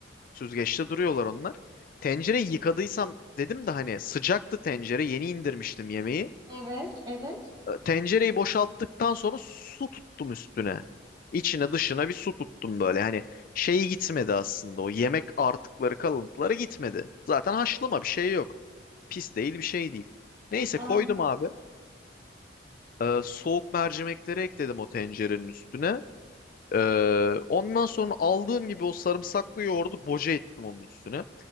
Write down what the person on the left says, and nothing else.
Süzgeçte duruyorlar onlar. Tencereyi yıkadıysam dedim de hani sıcaktı tencere yeni indirmiştim yemeği.
Ee, Tencereyi boşalttıktan sonra su tuttum üstüne. İçine dışına bir su tuttum böyle hani şeyi gitmedi aslında o yemek artıkları kalıntıları gitmedi. Zaten haşlama bir şey yok. Pis değil bir şey değil. Neyse
koydum abi. Ee, soğuk mercimekleri ekledim o tencerenin üstüne. Ee, ondan sonra aldığım gibi o sarımsaklı yoğurdu boca ettim onun üstüne.